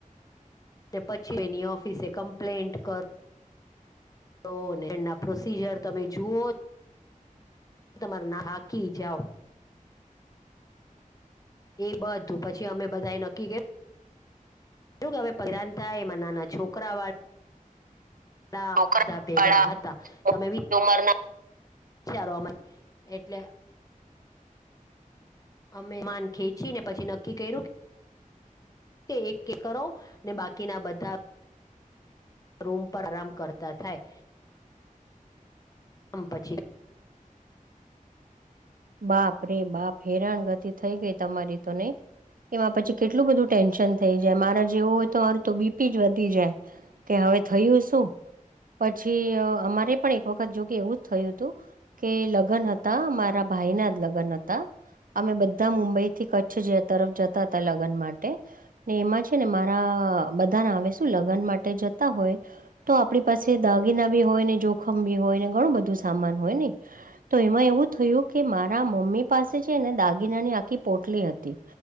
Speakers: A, on the left; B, on the right.
A: ને પછી એની ઓફિસે કમ્પ્લેન્ટ કરો તો એના પ્રોસીજર તમે જુઓ. તમારે ના હાકી જાઓ. એ બધું પછી અમે બધા એ નક્કી કર્યું. કે હવે પૈરાન થાય એમાં નાના છોકરા વાળા ના
B: છોકરાવાળા
A: દ <unintelligible> ભેગા હતા તમે વિચારવા
B: ઉંમરના
A: એટલે અમે માન ખેંચી ને પછી નક્કી કર્યું. કે એક કે કરો, ને બાકીના બધા- પર આરામ કરતા થાય. આમ પછી
B: બાપ રે બાપ હેરાન ગતિ થઈ ગઈ તમારી તો નહી? એમાં પછી કેટલું બધું ટેન્શન થઈ જાય મારે જેવું હોય તો મારું તો બીપી જ વધી જાય. કે હવે થયું શું, પછી અમારે પણ એક વખત જો કે એવું જ થયું હતું. કે લગ્ન હતા મારા ભાઈના જ લગ્ન હતા. અમે બધા મુંબઈ થી કચ્છ તરફ જતા હતા લગ્ન માટે. ને એમાં છે ને મારા બધાને આવે શું લગ્ન માટે જતા હોય. તો આપણી પાસે દાગીના બી હોય ને જોખમ બી હોય ને ઘણું બધું સામાન હોય ને. તો એમાં એવું થયું કે મારા મમ્મી પાસે છે ને દાગીનાની આખી પોટલી હતી.